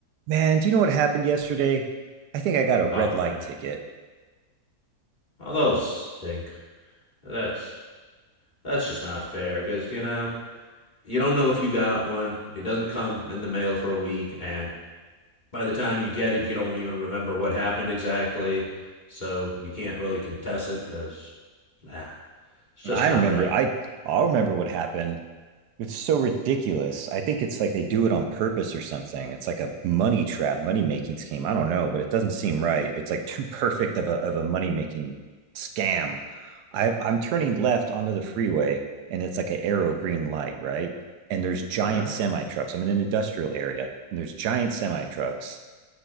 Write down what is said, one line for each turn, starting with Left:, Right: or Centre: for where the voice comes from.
Right: Man, do you know what happened yesterday? I think I got a red
Left: Oh
Right: light
Left: man,
Right: ticket.
Left: oh those stink. That's that's just not fair because you know you don't know if you got one. It doesn't come in the mail for a week, and by the time you get it, you don't even remember what happened exactly. So you can't really contest it because nah, it's just
Right: I
Left: not
Right: remember
Left: right.
Right: I I'll remember what happened. It's so ridiculous. I think it's like they do it on purpose or something. It's like a money trap, money making scheme. I don't know, but it doesn't seem right. It's like too perfect of a of a money making scam. I I'm turning left onto the freeway and it's like an arrow green light, right? And there's giant
Left: Right.
Right: semi trucks. I'm in an industrial area and there's giant semi trucks